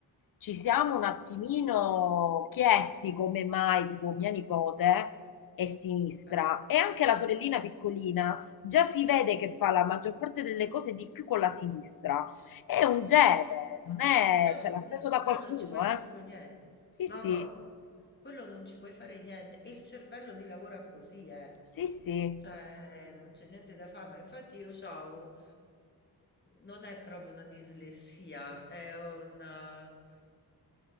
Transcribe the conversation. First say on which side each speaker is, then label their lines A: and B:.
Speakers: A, on the left (about 60°); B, on the left (about 25°).
A: ci siamo un attimino chiesti come mai, tipo, mia nipote è sinistra
B: Eh.
A: e anche la sorellina piccolina già si vede che fa la maggior parte delle cose di più con la sinistra. È un gene, non è,
B: È un
A: cioè l'ha
B: gelo,
A: preso da
B: là
A: qualcuno,
B: non ci puoi fare
A: eh?
B: proprio niente.
A: Sì,
B: No,
A: sì,
B: no, quello non ci puoi fare niente. E il cervello ti lavora così, eh.
A: sì, sì.
B: Cioè, non c'è niente da fare. Ma infatti io ho non è proprio una dislessia, è una,